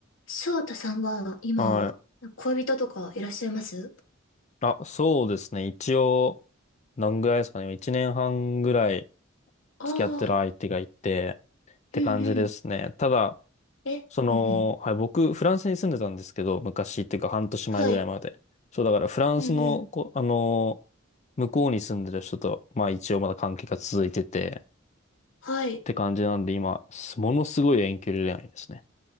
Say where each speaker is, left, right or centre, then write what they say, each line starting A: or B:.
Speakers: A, on the left (about 65°); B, on the left (about 35°).
A: 翔太さんは今、
B: はい。
A: 恋人とかいらっしゃいます
B: あ、そうですね。一応、何ぐらいですかね。一年半ぐらい
A: ああ
B: 付き合ってる相手がいて、って感じですね。
A: ー、うんうん。
B: ただ、
A: え、
B: その、
A: うんうん。
B: はい、僕、フランスに住んでたんですけど、昔っていうか半年前ぐらいまで。
A: はい。
B: そう、だからフランスの、
A: うんうん。
B: こ、あの向こうに住んでる人と、まあ一応まだ関係が続いてて、
A: はい。
B: って感じなんで、今、すものすごい遠距離恋愛ですね。